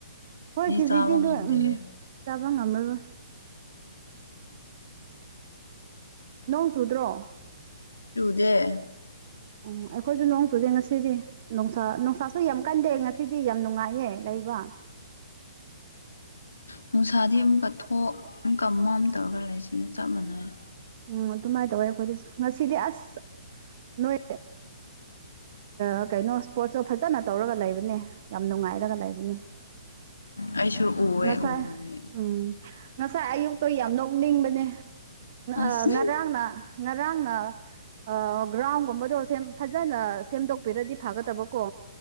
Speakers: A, on the right; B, on the left.
A: ꯍꯣꯏ ꯀꯦꯖꯤꯗꯤ
B: ꯆꯥꯕ
A: ꯗꯣ
B: ꯉꯝꯗꯦꯍꯦ
A: ꯎꯝ ꯆꯥꯕ ꯉꯝꯔꯔꯣꯏ ꯅꯣꯡ ꯆꯨꯗ꯭ꯔꯣ
B: ꯆꯨꯗꯦ
A: ꯎꯝ ꯑꯩꯈꯣꯏꯁꯨ ꯅꯣꯡ ꯆꯨꯗꯦ ꯉꯁꯤꯗꯤ ꯅꯨꯡꯁꯥ ꯅꯨꯡꯁꯥꯁꯨ ꯌꯥꯝ ꯀꯟꯗꯦ ꯉꯁꯤꯗꯤ ꯌꯥꯝ ꯅꯨꯡꯉꯥꯏꯌꯦ ꯂꯩꯕꯥ
B: ꯅꯨꯡꯁꯥꯗꯤ ꯑꯃꯨꯛꯀ ꯊꯣꯛ ꯑꯃꯨꯛꯀ ꯃꯝ ꯇꯧꯔꯒ ꯂꯩꯁꯤꯒ ꯆꯞ ꯃꯥꯟꯅꯩꯌꯦ
A: ꯎꯝ ꯑꯗꯨꯃꯥꯏ ꯇꯧꯋꯦ ꯑꯩꯈꯣꯏꯗꯁꯨ ꯉꯥꯁꯤꯗꯤ ꯑꯁ ꯅꯣꯏ ꯑ ꯀꯩꯅꯣ ꯁꯄꯣꯔꯠꯁꯇꯣ ꯐꯖꯅ ꯇꯧꯔꯒ ꯂꯩꯕꯅꯦ ꯌꯥꯝ ꯅꯨꯡꯉꯥꯏꯔꯒ ꯂꯩꯕꯅꯦ
B: ꯑꯩꯁꯨ ꯎꯋꯦ
A: ꯉꯥꯁꯥꯏ
B: ꯎꯕꯗꯤ
A: ꯎꯝ ꯉꯁꯥꯏ ꯑꯌꯨꯛꯇꯣ ꯌꯥꯝ ꯅꯣꯛꯅꯤꯡꯕꯅꯦ
B: ꯑꯁ
A: ꯑ ꯉꯔꯥꯡꯅꯥ ꯉꯔꯥꯡꯅꯥ ꯑꯥ ꯒ꯭ꯔꯥꯎꯟꯒꯨꯝꯕꯗꯣ ꯁꯦꯝ ꯐꯖꯅ ꯁꯦꯝꯗꯣꯛꯄꯤꯔꯗꯤ ꯐꯥꯒꯗꯥꯕꯀꯣ